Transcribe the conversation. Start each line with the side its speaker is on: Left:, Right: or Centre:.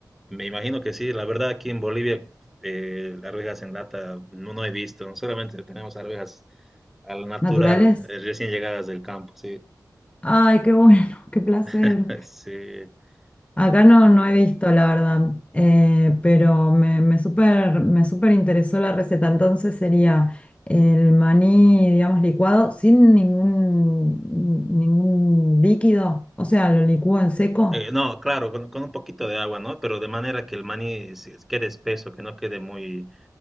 Centre: me imagino que sí. La verdad, aquí en Bolivia, eh, arvejas en lata no, no he visto, solamente tenemos arvejas al natural,
Left: ¿Naturales?
Centre: eh, recién llegadas del campo, sí.
Left: Ay, qué bueno, <laughs> qué placer.
Centre: <laughs> Sí,
Left: Acá no,
Centre: Y,
Left: no he visto, la verdad, eh, pero me, me súper me súper interesó la receta. Entonces sería el maní, digamos, licuado sin ningún, ningún líquido, o sea, lo licúo en seco,
Centre: eh, no, claro, con, con un poquito de agua, ¿no? Pero de manera que el maní se- quede espeso, que no quede muy,